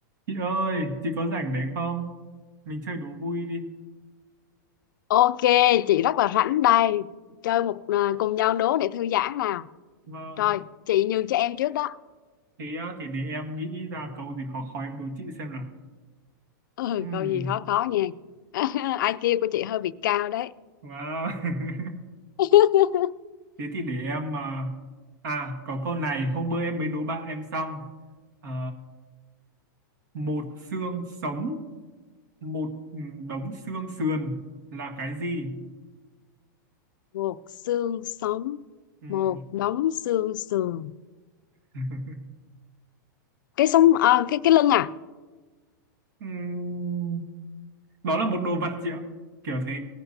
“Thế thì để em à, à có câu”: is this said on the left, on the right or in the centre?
Right